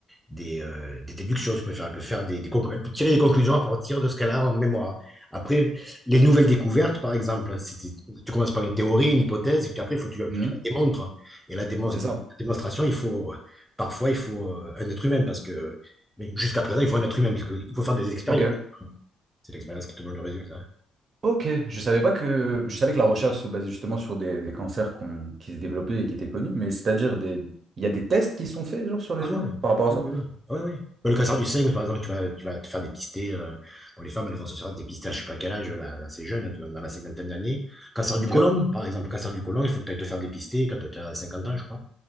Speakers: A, in the centre; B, on the right.
A: des, euh, des déductions, si vous préférez. Elle peut, faire des, des conclu- elle peut tirer des conclusions à partir de ce qu'elle a en mémoire. Après, les nouvelles découvertes, par exemple, si tu tu commences par une théorie, une hypothèse, et puis après, il faut que tu, que
B: Mhm.
A: tu la démontres. Et la, démon-
B: C'est
A: la
B: ça.
A: démonstration, il faut, euh, parfois, il faut euh, un être humain, parce que mais jusqu'à présent, il faut un être humain, parce qu'il faut faire des expériences.
B: Ok.
A: C'est l'expérience qui te donne le résultat.
B: Ok. Je savais pas que, je savais que la recherche se basait justement sur des, des cancers qu'on- qui se développaient et qui étaient connus, mais c'est-à-dire des, il y a des tests qui sont faits, genre, sur les
A: Ah ouais,
B: humains par rapport à
A: oui,
B: ça?
A: oui, oui. Ouais, ouais. oui. Bah, Le cancer du sein, par exemple, tu vas, tu vas te faire dépister, euh, pour les femmes, elles vont se faire dépister à je sais pas quel âge, là, là, c'est jeune, là, tu vois, dans la cinquantaine d'années. Cancer du
B: Ok.
A: côlon, par exemple, le cancer du côlon, il faut que tu ailles te faire dépister quand tu as 50 ans, je crois.